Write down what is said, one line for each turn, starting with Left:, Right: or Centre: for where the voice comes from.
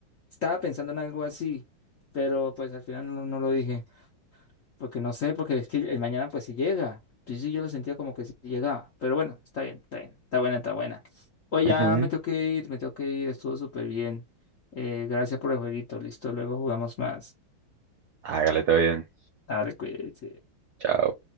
Left: Estaba pensando en algo así, pero pues al final no, no lo dije, porque no sé, porque es que el mañana pues sí llega. Sí, sí, yo lo sentía como que sí llegaba, pero bueno, está bien, está bien, está buena, está buena. Oye,
Right: Ujú.
Left: ya me tengo que ir, me tengo que ir, estuvo súper bien. Eh, gracias por el jueguito, listo, luego jugamos más.
Right: Hágale todo bien.
Left: Dale, cuídense.
Right: Chao.